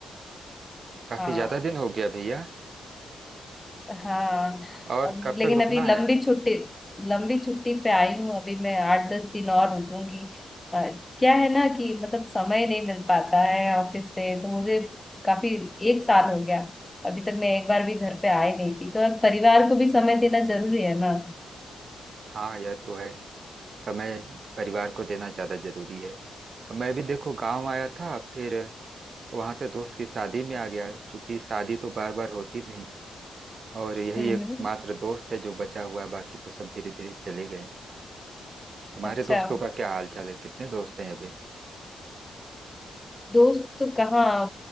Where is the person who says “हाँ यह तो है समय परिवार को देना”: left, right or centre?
Right